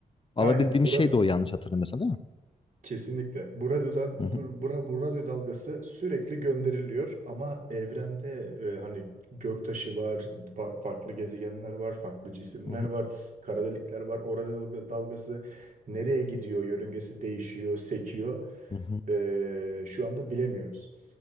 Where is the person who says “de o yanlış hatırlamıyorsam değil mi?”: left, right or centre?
Left